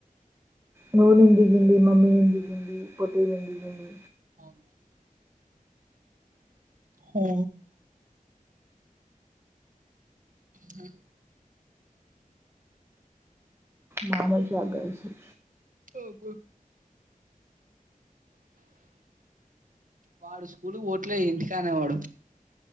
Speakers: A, on the right; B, on the right.
A: నువ్వు నేను దిగింది మమ్మీ నేను దిగింది పొట్టి నేను దిగింది
B: అవునా హూ హ
A: మామూలు షాక్ కాద్ అసలు
B: అబ్బో వాడు స్కూల్ కి పోవట్లే ఇంటికానే వాడు